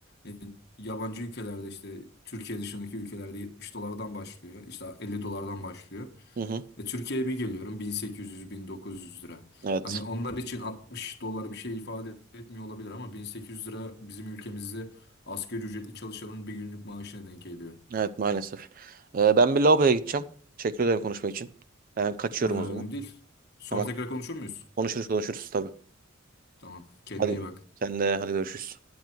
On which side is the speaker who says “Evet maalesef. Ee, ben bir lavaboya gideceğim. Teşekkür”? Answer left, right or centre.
Right